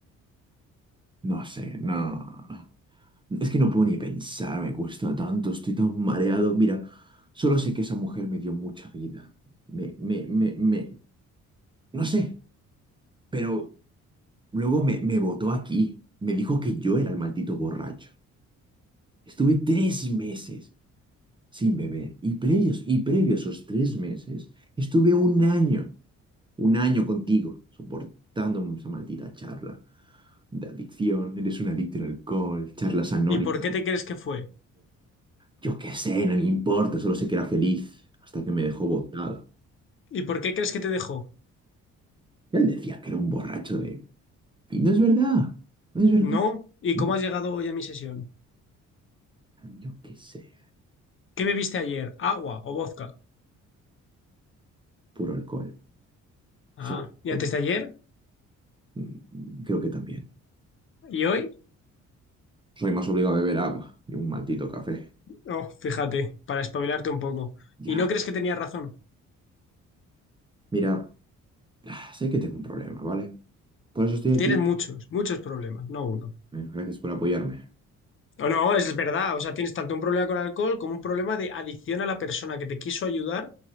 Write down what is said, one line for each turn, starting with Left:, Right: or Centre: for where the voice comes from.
Right: no sé, no. Es que no puedo ni pensar, me cuesta tanto, estoy tan mareado. Mira, solo sé que esa mujer me dio mucha vida. Me, me, me, me, no sé, pero luego me, me botó aquí. Me dijo que yo era el maldito borracho. Estuve tres meses. sin beber. Y previos, y previo a esos tres meses, estuve un año, un año contigo, soportando esa maldita charla de adicción. Eres un adicto al alcohol, charlas anónimas.
Left: ¿Y por qué te crees que fue?
Right: Yo qué sé, no me importa, solo sé que era feliz hasta que me dejó botado.
Left: ¿Y por qué crees que te dejó?
Right: Él decía que era un borracho de... Y no es verdad, no es verdad.
Left: No. ¿Y
Right: No,
Left: cómo has llegado hoy a mi sesión?
Right: yo qué sé,
Left: ¿Qué bebiste ayer? ¿Agua o vodka?
Right: puro alcohol, solo
Left: Ah, ¿y
Right: alcohol.
Left: antes de ayer?
Right: Mm, Creo que también.
Left: ¿Y hoy?
Right: Soy más obligado a beber agua y un maldito café.
Left: Oh, fíjate, para espabilarte un poco.
Right: Ya,
Left: ¿Y no crees que tenías razón?
Right: mira, ah, sé que tengo un problema, ¿vale? Por eso estoy aquí.
Left: Tienes muchos, muchos problemas, no uno.
Right: Eh, Gracias por apoyarme.
Left: O no, es verdad, o sea, tienes tanto un problema con el alcohol como un problema de adicción a la persona que te quiso ayudar,